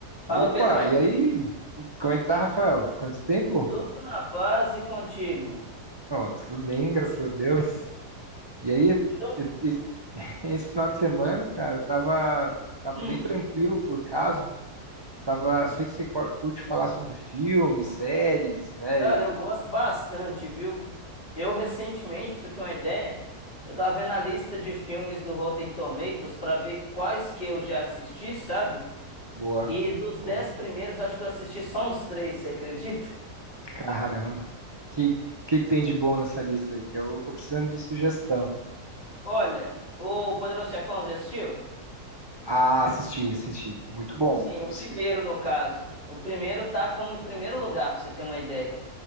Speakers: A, on the right; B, on the left.
A: Opa,
B: Fala, Pedrão.
A: e aí? Como é que tá, Rafael? Quanto tempo?
B: Tudo na paz e contigo.
A: Ó, tudo bem, graças a Deus. E aí,
B: Então,
A: eu- eu- <laughs> esse final de semana, cara, eu tava, tava
B: hum,
A: bem tranquilo por casa. Tava, sei que você cor- curte falar sobre filmes, séries, né?
B: cara,
A: E-
B: eu gosto bastante, viu? Eu recentemente, pra você ter uma ideia, eu tava vendo a lista de filmes do Rotten Tomatoes pra ver quais que eu já assisti, sabe?
A: boa,
B: E dos
A: boa.
B: dez primeiros, eu acho que eu assisti só uns três, você acredita?
A: Caramba. O que, que que tem de bom nessa lista aí? Que eu tô precisando de sugestão.
B: Olha, o Poderoso Chefão, já assistiu?
A: Ah, assisti, assisti. Muito bom.
B: Sim, o
A: Não
B: primeiro,
A: sei se-
B: no caso. O primeiro tá como em primeiro lugar, pra você ter uma ideia.